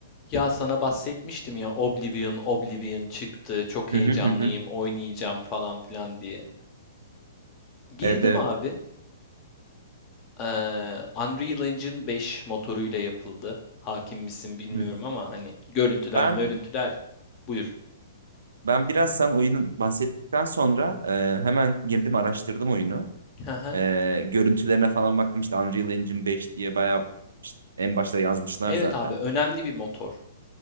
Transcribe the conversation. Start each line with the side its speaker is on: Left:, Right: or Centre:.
Left: Ya sana bahsetmiştim ya Oblivion Oblivion çıktı çok heyecanlıyım
Right: Hı hı hı. hı.
Left: oynayacağım falan filan diye. Girdim
Right: Evet evet.
Left: abi. Ee, Unreal Engine 5 motoruyla yapıldı. Hakim misin bilmiyorum
Right: Hı.
Left: ama hani görüntüler
Right: Ben
Left: görüntüler? Buyur.
Right: ben biraz sen oyunun bahsettikten sonra e, hemen girdim araştırdım oyunu.
Left: Hı hı.
Right: E, görüntülerine falan baktım işte Unreal Engine 5 diye bayağı işte en başta yazmışlar
Left: Evet
Right: zaten.
Left: abi önemli bir motor.